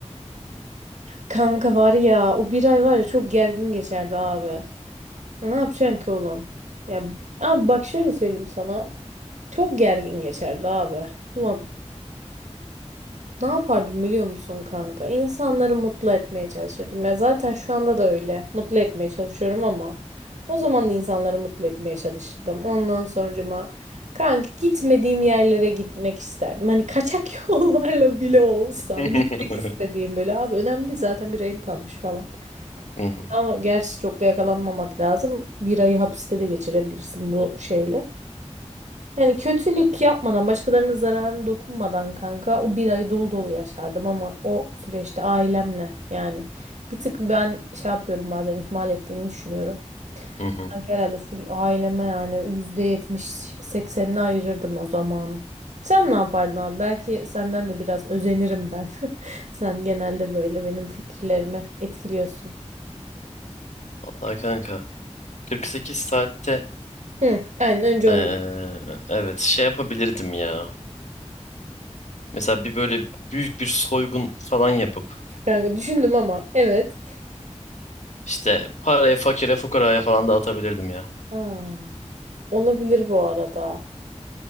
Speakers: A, on the right; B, on the left.
A: Kanka var ya o bir ay var ya çok gergin geçerdi abi. Ya ne yapacaksın ki oğlum? Ya abi bak şöyle söyleyeyim sana. Çok gergin geçerdi abi. Ulan ne yapardım biliyor musun kanka? İnsanları mutlu etmeye çalışırdım. Ya zaten şu anda da öyle. Mutlu etmeye çalışıyorum ama o zaman da insanları mutlu etmeye çalışırdım. Ondan sonracıma kanka gitmediğim yerlere gitmek isterdim. Hani kaçak <laughs> yollarla bile olsa
B: <laughs>
A: gitmek
B: Hı
A: istediğim böyle abi önemli değil, zaten bir ayım kalmış falan.
B: hı,
A: Ama gerçi çok da yakalanmamak lazım. Bir ayı hapiste de geçirebilirsin bu şeyle. Yani kötülük yapmadan, başkalarının zararını dokunmadan kanka o bir ay dolu dolu yaşardım ama o süreçte ailemle yani bir tık ben şey yapıyorum bazen ihmal ettiğimi düşünüyorum.
B: hı hı.
A: Sanki herhalde full aileme yani %70 80'ini ayırırdım o zamanı. Sen ne yapardın abi? Belki senden de biraz özenirim ben. <laughs> Sen genelde böyle benim fikirlerimi etkiliyorsun.
B: Vallahi kanka 48 saatte
A: Hı, aynen önce
B: Ee,
A: onu
B: evet şey yapabilirdim ya. Mesela bir böyle büyük bir soygun falan yapıp
A: Kanka düşündüm ama evet.
B: işte parayı fakire fukaraya falan dağıtabilirdim ya.
A: Aa, olabilir bu arada.